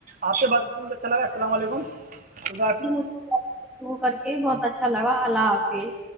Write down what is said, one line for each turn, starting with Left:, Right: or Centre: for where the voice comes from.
Right: آپ سے بات کروں تواچھا لگا السلام علیکم خدا حافظ
Centre: جی مجھے شع کر کے بہت اچھا لگا اللہ حافظ